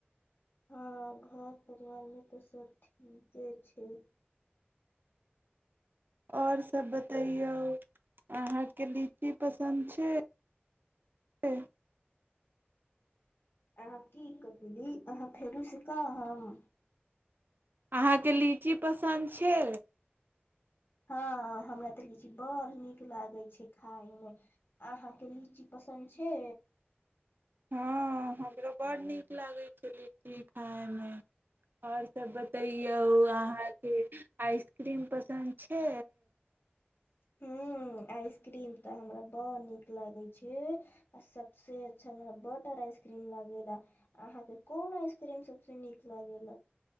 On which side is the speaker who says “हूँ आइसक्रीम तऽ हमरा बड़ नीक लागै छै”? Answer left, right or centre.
Left